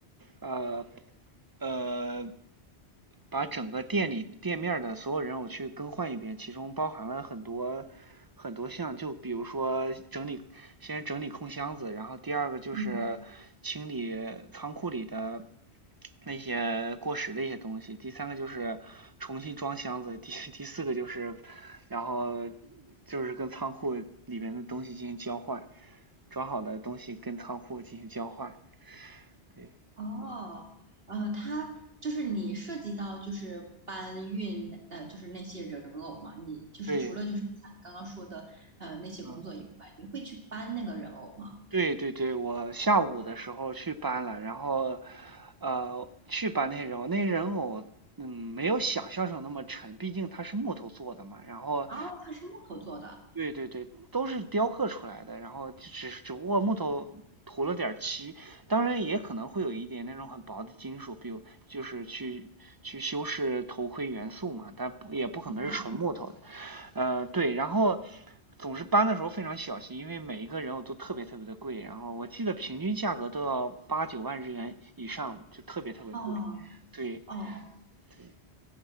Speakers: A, on the right; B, on the right.
A: 呃呃，把整个店里店面儿的所有人我去更换一遍，其中包含了很多很多项，就比如说整理，先整理空箱子，然后第二个就是清理仓库里的
B: 嗯。
A: 那些过时的一些东西，第三个就是重新装箱子，第第四个就是然后就是跟仓库里面的东西进行交换，装好的东西跟仓库进行交换，对
B: 哦，呃，他就是你涉及到就是搬运，呃，就是那些人偶嘛，你就是除了就是像你刚刚说的，
A: 对，
B: 呃，那些工作以外，
A: 嗯。
B: 你会去搬那个人偶吗？
A: 对对对，我下午的时候去搬了，然后，呃，去搬那些人偶，那些人偶，嗯，没有想象中那么沉，毕竟它是木头做的嘛。然后
B: 哦，它是木头做的，
A: 对对对，都是雕刻出来的，然后就只是只不过木头涂了点儿漆，当然也可能会有一点那种很薄的金属，比如就是去去修饰头盔元素嘛，但不也不可能是纯木头的。
B: 对，
A: 呃，对，然后总之搬的时候非常小心，因为每一个人偶都特别特别的贵，然后我记得平均价格都要八九万日元以上，就特别特别贵。
B: 哦
A: 对
B: 哦，
A: 对，